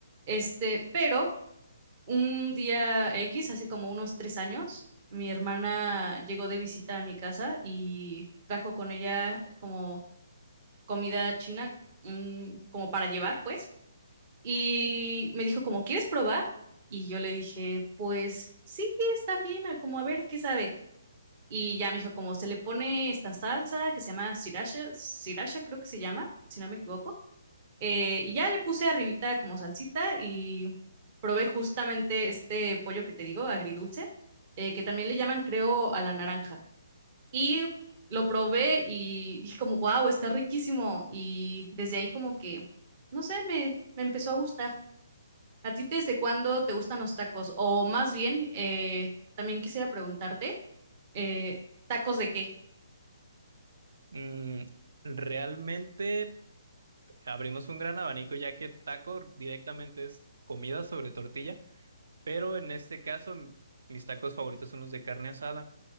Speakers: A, on the right (about 30°); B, on the right (about 55°).
A: Este, pero Un día X, hace como unos tres años, mi hermana llegó de visita a mi casa y trajo con ella como comida china, un- como para llevar, pues. Y me dijo como, ¿quieres probar? Y yo le dije, pues sí, está bien, a- como a ver qué sabe. Y ya me dijo como, se le pone esta salsa que se llama sriracha, sriracha creo que se llama, si no me equivoco eh, y ya le puse arribita como salsita y probé justamente este pollo que te digo, agridulce, eh, que también le llaman, creo, a la naranja. Y lo probé y dije como, wow, está riquísimo. Y desde ahí como que, no sé, me, me empezó a gustar. ¿A ti desde cuándo te gustan los tacos? O más bien, eh, también quisiera preguntarte, eh, ¿tacos de qué?
B: Mm, realmente abrimos un gran abanico ya que taco directamente es comida sobre tortilla. pero en este caso m- mis tacos favoritos son los de carne asada.